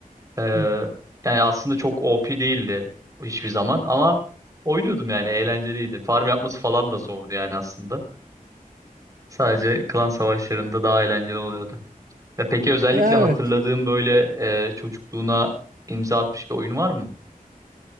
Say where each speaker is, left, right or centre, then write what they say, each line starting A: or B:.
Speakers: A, on the right (about 20°); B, on the right (about 65°).
A: Ee,
B: Hı hı.
A: yani aslında çok OP değildi hiçbir zaman ama oynuyordum yani eğlenceliydi. Farm yapması falan da zordu yani aslında. Sadece klan savaşlarında daha eğlenceli oluyordu. Ya peki özellikle
B: Ya
A: hatırladığım
B: evet.
A: böyle e, çocukluğuna imza atmış bir oyun var mı?